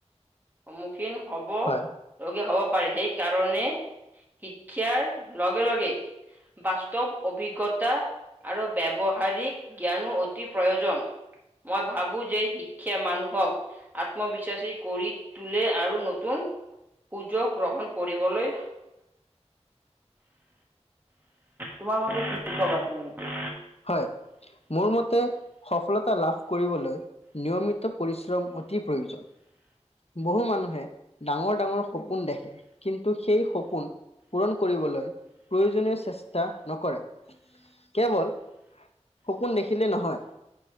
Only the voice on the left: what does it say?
হয়,
হয়, মোৰ মতে সফলতা লাভ কৰিবলৈ, নিয়মিত পৰিশ্ৰম অতি প্ৰয়োজন। বহু মানুহে, ডাঙৰ ডাঙৰ সপোন দেখে। কিন্তু সেই সপোন, পূৰণ কৰিবলৈ, প্ৰয়োজনীয় চেষ্টা নকৰে। কেৱল সপোন দেখিলে নহয়,